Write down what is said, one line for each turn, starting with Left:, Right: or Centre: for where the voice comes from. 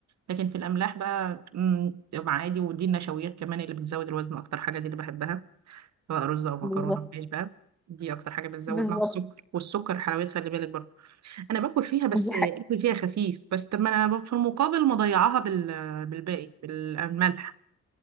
Right: لكن في الاملاح بقى مم، مع عادي ودي النشويات كمان اللي بتزود الوزن اكتر حاجه دي اللي بحبها سواء رز او مكرونه
Centre: بالظبط
Right: او عيش بقى دي اكتر حاجه بتزود
Centre: بالظبط
Right: مع السكر والسكر حلويات خلي بالك برضه انا باكل فيها بس
Centre: دي حاجه
Right: اكل فيها خفيف بس طب ما انا في المقابل مضيعاها بال... بالباقي بالملح